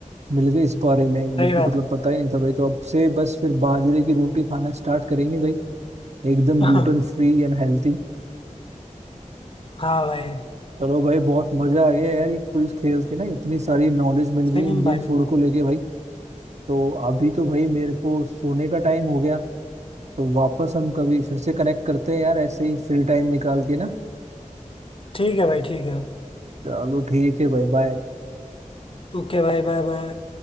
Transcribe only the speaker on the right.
मिल गए इस बारे में मेरे
को मतलब
पता ही नहीं था भाई तो अब से बस फिर बाजरे की रोटी खाना स्टार्ट करेंगे भाई एकदम
ग्लूटेन फ्री एंड हेल्थी
चलो भाई बहुत मजा आ गया यार ये क्विज खेल के ना इतनी सारी नॉलेज मिल
गई इंडियन
फूड को लेके भाई तो अभी तो भाई मेरे को सोने का टाइम हो गया तो वापस हम कभी फिर से कनेक्ट करते हैं यार ऐसे ही फ्री टाइम निकाल के ना
चलो ठीक है भाई बाय